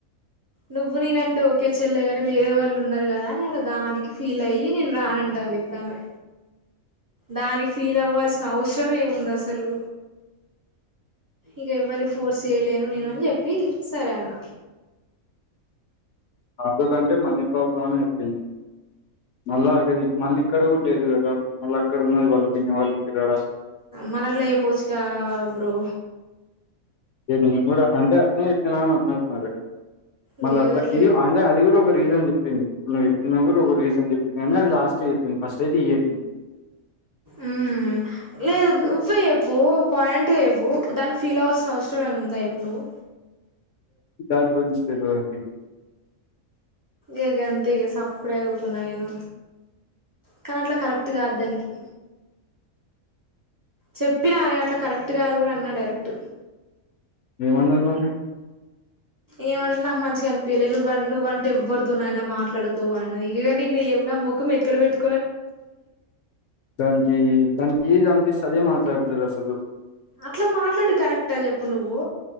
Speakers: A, on the right; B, on the left.
A: నువ్వు నేన్ అంటే ఓకే చెల్లలేగాని వేరే వాళ్ళు ఉన్నారు కదా అని అ దానికి ఫీల్ అయ్యి నేను రానంటాంది ఇప్పుడు ఆమె దానికి ఫీల్ అవ్వాల్సిన అవసరం ఏముంది అసలు ఇక ఎవరిని ఫోర్స్ చేయలేను నేను అని చెప్పి సరే అన్న
B: ఆటోస్ంటే మనీ ప్రాబ్లమ్నే వచ్చింది మళ్ళా అది మళ్ళీ ఇక్కడ కూడా లేదు కదా మళ్ళీ అక్కడ ఉన్నది వాళ్ళ పిన్నే వాళ్ళ ఇంటి కడ
A: మరి అట్లా చెప్పొచ్చుగా బ్రో
B: నేను కూడా అంటే అతనే చెప్పనా అని అన్నారున్నారు మళ్ళీ
A: లేదు
B: అట్లా ఇది
A: చెప్
B: అంటే అది కూడా రీజన్ చెప్పింది ఇప్పుడు ను చెప్పిన కూడా ఒక రీజన్ చెప్పింది కానీ అది లాస్ట్ చెప్పింది ఫస్ట్ అయితే చెప్పింది
A: అ లేదు నువ్వే ఎప్పు పాయింట్ వవు దానికి ఫీల్ అవ్ల్సిన అవసరం ఏమనా ఉంద ఎప్పుడు నువ్వు
B: దాన్ గుంచి తె లో అ మీకు
A: ఇగ అంత ఇక సప్పుడేగకుండా నేను కానీ అట్లా కరెక్ట్ కాదు దానికి చెప్పిన అట్లా కరెక్ట్ కాదు కూడా అన్నా డైరెక్ట్
B: ఏమండదు మరి
A: ఏమంట నాకు మంచిగా అనిపించలే నువ్వ నువ్వంటే ఎవ్వడుతువుయన మాట్లాడుతూ అ ఇగానివ ముఖం ఎక్కడ పెట్టు
B: దానికి దానికి దానికి సదే మాట్లాడుతుంది అసలు
A: అట్లా మాట్లాడు కరెక్టా చెప్పు నువ్వు